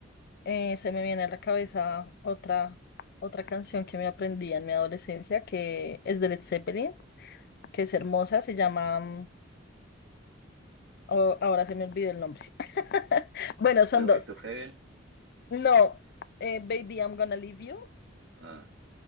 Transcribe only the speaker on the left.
Eh, se me viene a la cabeza otra, otra canción que me aprendí en mi adolescencia, que es de Led Zeppelin, que es hermosa, se llama... mm, oh, ahora se me olvidó el nombre. <laughs> Bueno,
son dos.
No, eh, Baby, I'm Gonna Leave You